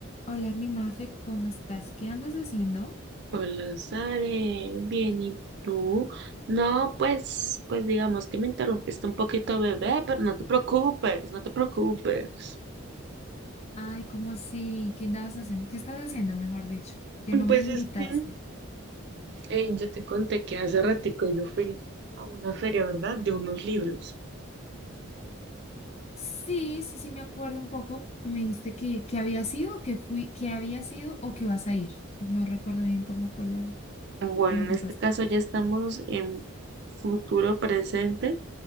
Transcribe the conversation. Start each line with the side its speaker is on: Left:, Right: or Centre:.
Left: Hola, mi Mafe, ¿cómo estás? ¿Qué andas haciendo?
Right: Hola, Sare, bien, ¿y tú? No, pues, pues digamos que me interrumpiste un poquito, bebé, pero no te preocupes, no te preocupes.
Left: Ay, ¿cómo así? ¿Qué andabas haciendo? ¿Qué estás haciendo, mejor dicho? Que no
Right: Pues
Left: me invitaste.
Right: es que eh, yo te conté que hace ratico yo fui a una feria, ¿verdad? De unos libros.
Left: Sí, sí, sí, me acuerdo un poco que me dijiste que, que había sido, que fui, que había sido o que vas a ir. No recuerdo bien cómo fue lo
Right: Bueno,
Left: que me
Right: en
Left: contaste.
Right: este caso ya estamos en futuro presente,